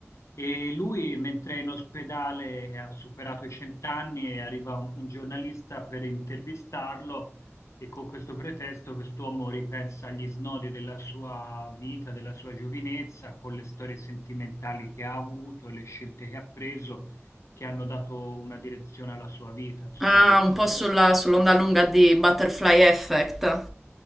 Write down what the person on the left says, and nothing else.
e lui, mentre è in ospedale, ha superato i cent'anni, e arriva un, un giornalista per intervistarlo e con questo pretesto quest'uomo ripensa agli snodi della sua vita, della sua giovinezza, con le storie sentimentali che ha avuto, le scelte che ha preso che hanno dato una direzione alla sua vita, insomma,